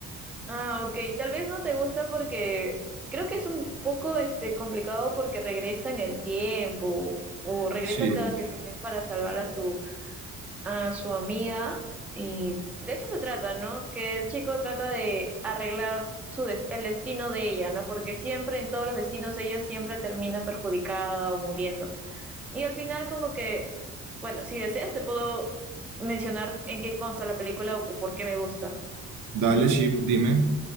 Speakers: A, in the centre; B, on the right.
A: Ah, ok. Tal vez no te gusta porque creo que es un poco este complicado porque regresa en el tiempo o regresa
B: Sí,
A: cada cierto tiempo para salvar a su a su amiga y de eso se trata, ¿no? Que el chico trata de arreglar su des- el destino de ella, ¿no? Porque siempre en todos los destinos ella siempre termina perjudicada o muriendo. Y al final como que, bueno, si deseas te puedo mencionar en qué consta la película o o por qué me gusta.
B: dale, Ship, dime.